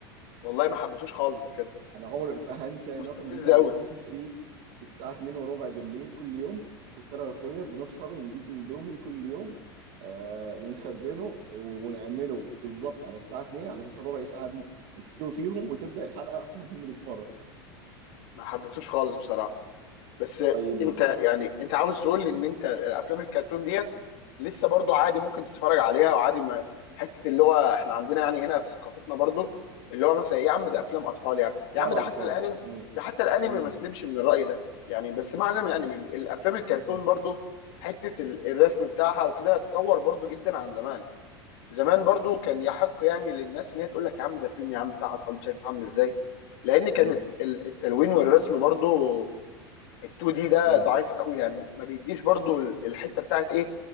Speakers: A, on the left; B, on the right.
A: والله ما حبيتوش خالص بجد
B: انا عمري ما هنسى
A: مستفز
B: ان هو كان بيجي على
A: قوي
B: ام بي سي 3 الساعه 2 وربع بالليل كل يوم كنت انا واخويا بنسهر ونجيب اندومي كل يوم آه ونخزنه ونعمله بالظبط على الساعه 2 على اساس الربع ساعه دي نستوي فيهم وتبدا الحلقه واحنا قاعدين بنتفرج
A: ما حبيتوش خالص بصراحه بس
B: طيب
A: انت يعني انت عاوز تقول لي ان انت الافلام الكرتون ديت لسه برضو عادي ممكن تتفرج عليها وعادي ما حته اللي هو احنا عندنا يعني هنا في ثقافتنا برضو اللي هو مثلا يا عم ده افلام اطفال يعني
B: ده بتاع
A: يا عم
B: الاطفال
A: ده حتى الانمي
B: مم.
A: ده حتى الانمي
B: مم.
A: ما سلمش من الراي ده يعني بس معنى من الانمي يعني ال- الافلام الكرتون
B: مم.
A: برضو حته ال- الرسم بتاعها وكده تطور برضو جدا عن زمان زمان برضو كان يحق يعني للناس ان هي تقول لك يا عم ده فيلم يا عم بتاع اطفال شايف عامل ازاي لان كانت
B: مم.
A: ال- التلوين والرسم برضو ال2 دي ده
B: مم.
A: ضعيف قوي يعني ما بيديش برضو ال- الحته بتاعت ايه